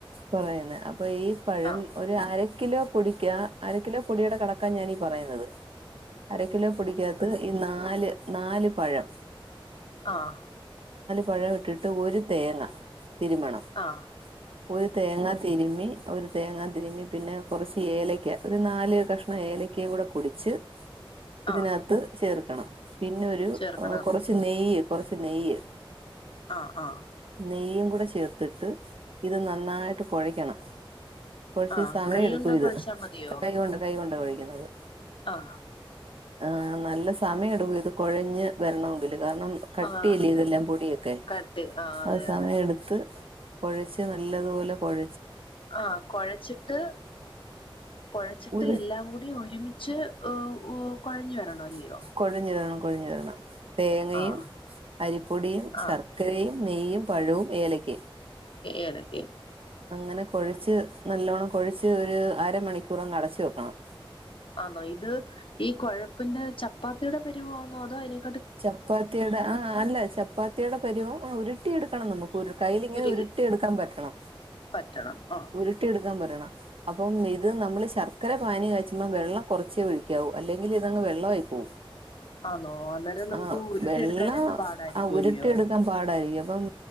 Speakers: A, on the right (about 80°); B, on the left (about 70°).
A: പറയുന്നേ അപ്പൊ ഈ പഴം
B: ആഹ്
A: ഒരു അര കിലോ പൊടിക്കാ, അര കിലോ പൊടിയുടെ കടക്കാൻ ഞാനീ പറയുന്നത്. അര കിലോ പൊടിക്കാത് ഈ നാല് നാല് പഴം
B: ആഹ
A: പഴമിട്ടിട്ട് ഒരു <unintelligible> തേങ്ങ തിരുമണം
B: ആഹ്
A: ഒരു തേങ്ങ തിരുമ്മി ഒരു തേങ്ങാ തിരുമ്മി പിന്നെ കുറച്ച് ഏലക്ക ഒരു നാല് കഷണം ഏലക്ക കൂടെ പൊടിച്ച് ഇതിനകത്ത്
B: ആഹ്
A: ചേർ <unintelligible> പിന്നെ ഒരു
B: ചേർക്കണം
A: കുറച്ച് നെയ്യ് കുറച്ച് നെയ്യ്
B: ആഹ് ആഹ
A: നെയ്യും കൂടെ ചേര്ത്തിട്ട് ഇത് നന്നായിട്ട് കുഴയ്ക്കണം. കുഴച്ചു
B: ആഹ്
A: സമയം
B: കൈയുണ്ടം
A: എടുക്കും ഇത്
B: കൊഴച്ചാ മതിയോ
A: കൈ കൊണ്ട് കൈ കൊണ്ട് കഴിക്കുന്നത്.
B: ആഹ്
A: ആ നല്ല സമയം എടുക്കൂ ഇത് കൊഴഞ്ഞ് വരണമെങ്കിൽ. കാരണം കട്ടില്ലേ
B: ആഹ്
A: ഇതെല്ലാം പൊടിയൊക്കെ.
B: കട്ടി ആഹ് അതെ
A: അത് സമയം
B: അതെ
A: എടുത്ത് കൊഴച്ച് നല്ലതുപോലെ കൊഴ
B: ആഹ കുഴച്ചിട്ട് കുഴച്ചിട്ട്
A: ഉരു
B: എല്ലാം കൂടി ഒരുമിച്ച് <unintelligible> കുഴഞ്ഞ് വരണോ അല്ലയോ
A: <unintelligible> കുഴിഞ്ഞവരണം. തേങ്ങയും
B: ആഹ്
A: അരിപ്പൊടിയും
B: ആഹ്
A: ശർക്കരയും നെയ്യും പഴവും ഏലയ്ക്ക <unintelligible>
B: ഏലക്കിം
A: അങ്ങനെ കൊഴിച്ച് നല്ലോണ്ണം കൊഴിച്ച് ഒരു അരമണിക്കൂറും അടച്ച് വെക്കണം
B: ആണോ ഇത് ഈ കുഴപ്പന്റെ ചപ്പാത്തിയുടെ പരുവ ആതോ അയ്നെ
A: ചപ്പാത്തി ട ആഹ് അല്ല ചപ്പ ചപ്പാത്തിയുടെ പരിവം ആ ഉരുട്ടി എടുക്കണം നമുക്ക് ഒരു കയ്യിലിങ്ങനെ
B: ഉരുകി
A: ഉരുട്ടി എടുക്കാൻ പറ്റണം
B: പറ്റണം ആഹ്
A: ഉരുട്ടി എട് പറയണം അപ്പം ഇത് നമ്മള് ശർക്കര പാനീ കഴിചുമ്പോ വെള്ളം കുറച്ചേ ഒഴിക്കാവൂ അല്ലെങ്കിൽ ഇതങ്ങ് വെള്ളമായിപോവും
B: ആന്നോ അന്നേരം നമുക്ക്
A: ആ
B: ഉരുട്ടി
A: വെള്ളം
B: എടുക്കാനായിട്ട് പാടായിരിക്കും
A: ആ ഉരുട്ടിയ
B: അല്ലയോ
A: എടുക്കാൻ പാടായിരിക്കും അപ്പം